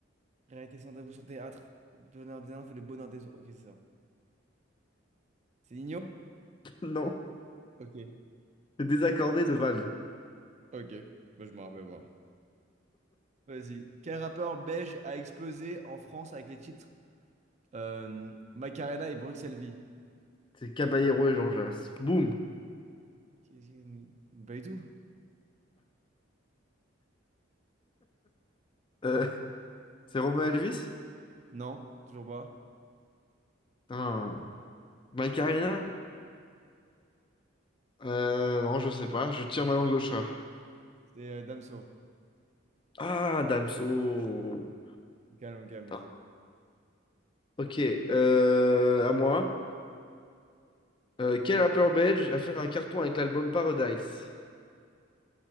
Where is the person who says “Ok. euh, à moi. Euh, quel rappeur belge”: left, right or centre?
Left